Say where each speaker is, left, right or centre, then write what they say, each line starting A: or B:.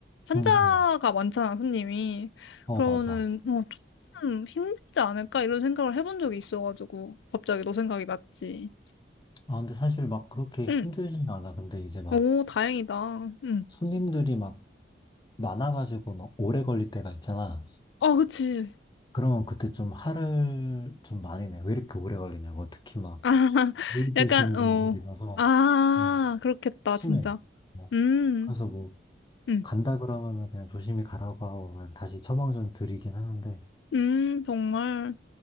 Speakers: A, on the left (about 80°); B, on the left (about 25°).
A: 환자가
B: 응, 응.
A: 많잖아, 손님이.
B: 어,
A: 그러면은,
B: 맞아.
A: 어, 조금 힘들지 않을까? 이런 생각을 해본 적이 있어가지고, 갑자기 너 생각이 났지.
B: 아, 근데 사실 막 그렇게
A: 응.
B: 힘들진 않아. 근데 이제 막
A: 오, 다행이다. 응.
B: 손님들이 막 많아가지고 막 오래 걸릴 때가 있잖아.
A: 어, 그치.
B: 그러면 그때 좀 화를 좀 많이 내. 왜 이렇게 오래 걸리냐고. 특히 막,
A: 아, <laughs>
B: 나이 드신
A: 약간,
B: 분들이라서,
A: 어, 아,
B: 좀
A: 그렇겠다,
B: 심해.
A: 진짜.
B: 뭐.
A: 음,
B: 그래서 뭐,
A: 음,
B: 간다 그러면은 그냥 조심히 가라고 하고, 그냥 다시 처방전 드리긴 하는데,
A: 음, 정말.